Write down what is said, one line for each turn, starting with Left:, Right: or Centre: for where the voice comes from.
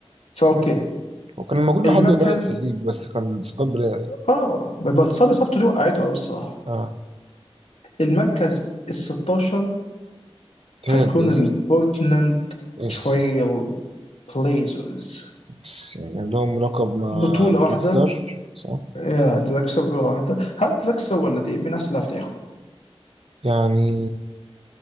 Left: فاوكي
Right: مم. هو كان موجود لحد
Left: المركز
Right: قريب في الليج بس كان سكوت بلاير يعني
Left: اه بتصاب اصابته دي وقعته قوي الصراحه
Right: اه
Left: المركز ال 16
Right: تاني
Left: هيكون
Right: البليزرز
Left: البورتلاند
Right: يس
Left: تريل بليزرز
Right: بس يعني عندهم لقب مع
Left: بطوله
Right: دراكسلر
Left: واحده
Right: صح
Left: يا دراكسر بطوله واحده هل دراكسر ولا دي مين احسن لاعب في تاريخه؟
Right: يعني